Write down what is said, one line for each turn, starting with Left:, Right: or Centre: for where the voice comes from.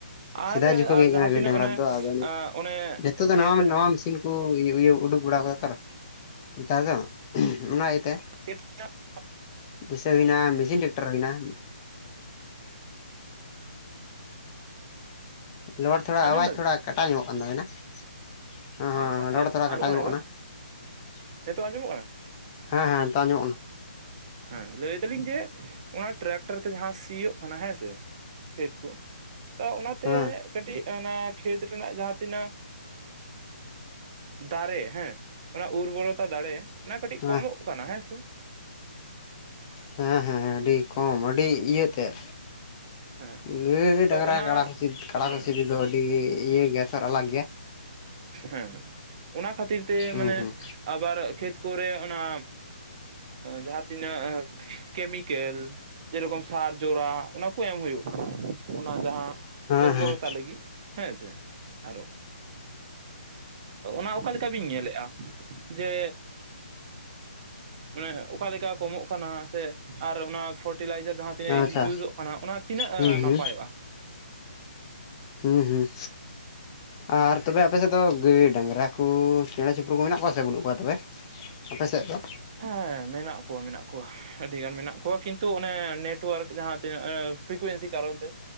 Left: ᱥᱮᱫᱟᱭ
Right: ᱟᱨ
Left: ᱡᱩᱜᱽ ᱠᱷᱚᱡ
Right: ᱟᱨ
Left: ᱜᱮ ᱦᱮᱡ
Right: ᱡᱟᱦᱟᱸ
Left: ᱟᱠᱟᱱᱟ
Right: ᱛᱤᱱᱟᱹᱜ
Left: ᱜᱟᱹᱭ ᱰᱟᱝᱨᱟ
Right: ᱚᱱᱮ
Left: ᱫᱚ ᱟᱫᱚ
Right: ᱟᱸ ᱚᱱᱮ
Left: ᱱᱤᱛᱚᱜ ᱫᱚ
Right: ᱠᱷᱮᱛ
Left: ᱱᱟᱣᱟ,
Right: ᱨᱮ
Left: ᱱᱟᱣᱟ ᱢᱮᱥᱤᱱ ᱠᱚ ᱤᱭᱟᱹ ᱤᱭᱟᱹ ᱩᱰᱩᱠ ᱵᱟᱲᱟ ᱟᱠᱟᱫᱟ ᱛᱚ ᱱᱮᱛᱟᱨ ᱫᱚ ᱚᱱᱟ ᱤᱭᱟᱹᱛᱮ ᱾
Right: <unintelligible>
Left: ᱡᱮᱭᱥᱮ ᱦᱩᱭ ᱱᱟ ᱢᱮᱥᱤᱱ ᱴᱨᱟᱠᱴᱟᱨ ᱦᱩᱭ ᱱᱟ᱾ ᱨᱚᱲ ᱛᱷᱚᱲᱟ
Right: ᱟᱸᱡᱚᱢ
Left: ᱟᱣᱟᱡ
Right: ᱫᱟᱵᱤᱱ
Left: ᱛᱷᱚᱲᱟ ᱠᱟᱴᱟᱣ ᱧᱚᱜᱚᱜ ᱠᱟᱱ ᱛᱟᱵᱮᱱᱟ ᱾ ᱦᱮᱸᱻ
Right: ᱟᱪᱪᱷᱟ
Left: ᱞᱚᱲ ᱛᱷᱚᱲᱟ
Right: ᱟᱸᱡᱚᱢᱚᱜ
Left: ᱠᱟᱴᱟᱣ ᱧᱚᱜᱚᱜ
Right: ᱮᱵᱟᱨ
Left: ᱠᱟᱱᱟ ᱾
Right: ᱱᱤᱛᱚᱜ ᱟᱸᱡᱚᱢᱚᱜ ᱠᱟᱱᱟ
Left: ᱦᱮᱸ ᱦᱮᱸ ᱱᱤᱛᱚᱜ ᱟᱡᱚᱢᱚᱜ ᱠᱟᱱᱟ ᱾
Right: ᱦᱮᱸ ᱞᱟᱹᱭ ᱫᱟᱞᱤᱧ ᱡᱮ ᱚᱱᱟ ᱴᱨᱟᱠᱴᱟᱨ ᱛᱮ ᱡᱟᱦᱟᱸ ᱥᱤᱭᱳᱜ ᱠᱟᱱᱟ ᱦᱮᱸ ᱥᱮ, ᱠᱷᱮᱛ ᱠᱚ ᱚᱱᱟ
Left: ᱦᱮᱸ
Right: ᱛᱮ ᱠᱟᱹᱴᱤᱡ ᱚᱱᱟ ᱠᱷᱮᱛ ᱨᱮᱱᱟᱜ ᱡᱟᱦᱟᱸ ᱛᱤᱱᱟᱹᱜ ᱫᱟᱲᱮ ᱦᱮᱸ ᱚᱱᱟ ᱩᱨᱵᱚᱨᱚᱛᱟ ᱫᱟᱲᱮ ᱚᱱᱟ ᱠᱟᱹᱴᱤᱡ
Left: ᱦᱮᱸ
Right: ᱠᱚᱢᱚᱜ ᱠᱟᱱᱟ ᱦᱮᱸ ᱥᱮ
Left: ᱦᱮᱸ ᱦᱮᱸ ᱟᱹᱰᱤ ᱠᱚᱢ ᱟᱹᱰᱤ ᱤᱭᱟᱹᱛᱮᱜ
Right: ᱦᱮᱸ
Left: ᱜᱟᱹᱭ
Right: ᱛᱚ
Left: ᱰᱟᱝᱨᱟ
Right: ᱚᱱᱟ
Left: <unintelligible>
Right: ᱦᱮᱸ
Left: ᱫᱚ ᱟᱹᱰᱤ ᱤᱭᱟᱹ ᱜᱮᱭᱟ ᱟᱞᱟᱜᱽ ᱜᱮᱭᱟ ᱾
Right: ᱦᱮᱸ ᱚᱱᱟ ᱠᱷᱟᱹᱛᱤᱨ ᱛᱮ
Left: ᱦᱩᱸ
Right: ᱢᱟᱱᱮ
Left: ᱦᱩᱸ
Right: ᱟᱵᱟᱨ ᱠᱷᱮᱛ ᱠᱚᱨᱮ ᱚᱱᱟ ᱡᱟᱦᱟᱸ ᱛᱤᱱᱟᱹᱜ ᱠᱮᱢᱤᱠᱮᱞ ᱡᱮᱨᱚᱠᱚᱢ ᱥᱟᱨ ᱡᱚᱨᱟ ᱚᱱᱟ ᱠᱚ ᱮᱢ ᱦᱩᱭᱩᱜ ᱠᱟᱱᱟ ᱾ ᱚᱱᱟ ᱡᱟᱦᱟᱸ
Left: ᱦᱮᱸ
Right: ᱩᱨᱵᱚᱨᱚᱛᱟ
Left: ᱦᱮᱸ
Right: ᱞᱟᱹᱜᱤᱫ ᱦᱮᱸ ᱥᱮ ᱟᱨᱚ ᱚᱱᱟ ᱚᱠᱟ ᱞᱮᱠᱟ ᱵᱤᱱ ᱧᱮᱞᱮᱜᱼᱟ? ᱡᱮ ᱢᱟᱱᱮ ᱚᱠᱟ ᱞᱮᱠᱟ ᱠᱚᱢᱚᱜ ᱠᱟᱱᱟ ᱥᱮ ᱟᱨ ᱚᱱᱟ ᱯᱷᱟᱨᱴᱤᱞᱟᱭᱡᱟᱨ ᱡᱟᱦᱟᱸ ᱛᱮ
Left: ᱟᱪᱪᱷᱟ
Right: ᱤᱭᱩᱡᱚᱜ ᱠᱟᱱᱟ ᱚᱱᱟ ᱛᱤᱱᱟᱹᱜ
Left: ᱦᱩᱸ ᱦᱩᱸ
Right: ᱱᱟᱯᱟᱭᱚᱜᱼᱟ?
Left: ᱦᱮᱸ ᱦᱮᱸ ᱟᱨ ᱛᱚᱵᱮ ᱟᱯᱮ ᱥᱮᱫ ᱫᱚ ᱜᱟᱹᱭ ᱰᱟᱝᱨᱟ ᱠᱚ ᱪᱮᱬᱮ ᱪᱤᱯᱨᱩ ᱠᱚ ᱢᱮᱱᱟᱜ ᱠᱚᱣᱟ ᱥᱮ ᱵᱟᱹᱱᱩᱜ ᱠᱚᱣᱟ ᱛᱚᱵᱮ? ᱟᱯᱮ ᱥᱮᱫ ᱫᱚ
Right: ᱦᱮᱸ ᱢᱮᱱᱟᱜ ᱠᱚᱣᱟ ᱢᱮᱱᱟᱜ ᱠᱚᱣᱟ ᱾ ᱟᱹᱰᱤᱜᱟᱱ ᱢᱮᱱᱟᱜ ᱠᱚᱣᱟ ᱾ ᱠᱤᱱᱛᱩ ᱚᱱᱮ ᱱᱮᱴᱳᱣᱟᱨᱠ ᱡᱟᱦᱟᱸ ᱛᱤᱱᱟᱹᱜ ᱯᱷᱨᱤᱠᱩᱭᱮᱱᱥᱤ ᱠᱟᱨᱚᱱ ᱛᱮ